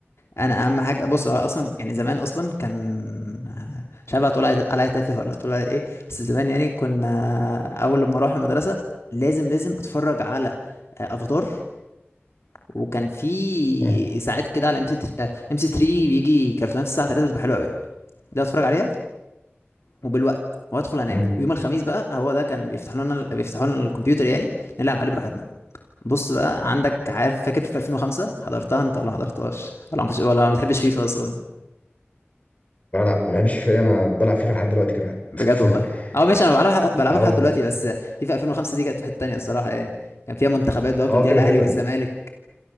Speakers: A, on the left; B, on the left.
A: انا اهم حاجه بص هو اصلا يعني زمان اصلا كان مش عارف هتقول عليا عليا تافه ولا هتقول عليا ايه بس زمان يعني كنا اول لما اروح المدرسه لازم لازم اتفرج على آه، افاتار وكان في
B: مم.
A: ساعات كده على ام سي ام سي 3 بيجي كرتونات الساعه 3 بتبقى حلوه قوي ده اتفرج عليها وبالوقت وادخل انام
B: امم
A: ويوم الخميس بقى هو ده كان بيفتحوا لنا بيفتحوا لنا الكمبيوتر يعني نلعب عليه براحتنا بص بقى عندك عارف فاكر في 2005 حضرتها انت ولا ما حضرتهاش ولا ما كنتش ولا ما بتحبش فيفا اصلا
B: لا لا ما بحبش فيه انا بلعب فيفا لحد دلوقتي كمان
A: بجد والله
B: <laughs>
A: اه ماشي انا بلعبها بلعبها
B: اه
A: لحد
B: والله.
A: دلوقتي بس فيفا 2005 دي كانت في حته تانيه الصراحه يعني كان فيها منتخبات بقى وكان
B: اه
A: فيها
B: كده
A: الاهلي
B: كده
A: والزمالك